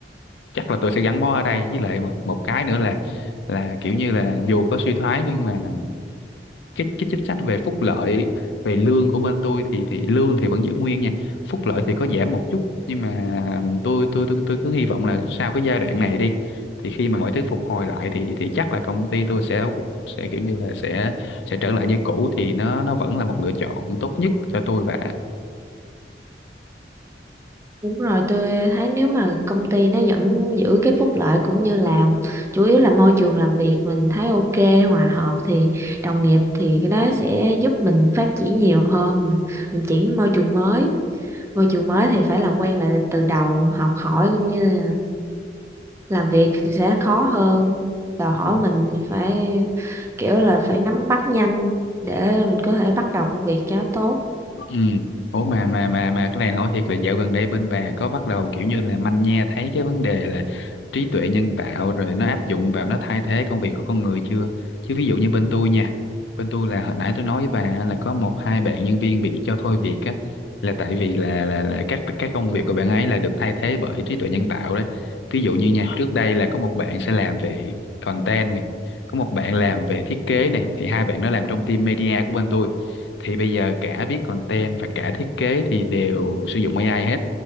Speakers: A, on the left; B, on the right.
A: chắc là tôi sẽ gắn bó ở đây với lại một một cái nữa là là kiểu như là dù có suy thoái nhưng mà cái cái chính sách về phúc lợi về lương của bên tôi thì thì lương thì vẫn giữ nguyên nha phúc lợi thì có giảm một chút nhưng mà tôi tôi tôi tôi cứ hy vọng là sau cái giai đoạn này đi thì khi mà mọi thứ phục hồi lại thì thì chắc là công ty tôi sẽ sẽ kiểu như là sẽ sẽ trở lại như cũ thì nó nó vẫn là một lựa chọn tốt nhất cho tôi và
B: Đúng rồi, tôi thấy nếu mà công ty nó vẫn giữ cái phúc lợi cũng như là chủ yếu là môi trường làm việc mình thấy ok, hòa hợp thì đồng nghiệp thì cái đó sẽ giúp mình phát triển nhiều hơn. là Mình chuyển môi trường mới, môi trường mới thì phải làm quen lại từ đầu, học hỏi cũng như là làm việc thì sẽ khó hơn. Đòi hỏi
A: Ừ.
B: mình thì phải kiểu là phải nắm bắt nhanh để mình có thể bắt đầu công việc cho tốt.
A: Ừ. Ủa mà mà mà mà cái này hỏi thiệt là dạo gần đây bên bà có bắt đầu kiểu như là manh nha thấy cái vấn đề là trí tuệ nhân tạo rồi nó áp dụng vào nó thay thế công việc của con người chưa? Chứ ví dụ như bên tôi nha, bên tôi là hồi nãy tôi nói với bà là có một hai bạn nhân viên bị cho thôi việc á là tại vì là là là các các công việc của bạn ấy là được thay thế bởi trí tuệ nhân tạo đấy. Ví dụ như nha, trước đây là có một bạn sẽ làm về content này, có một bạn làm về thiết kế này thì hai bạn nó làm trong team media của bên tôi thì bây giờ cả viết content và cả thiết kế thì đều sử dụng AI hết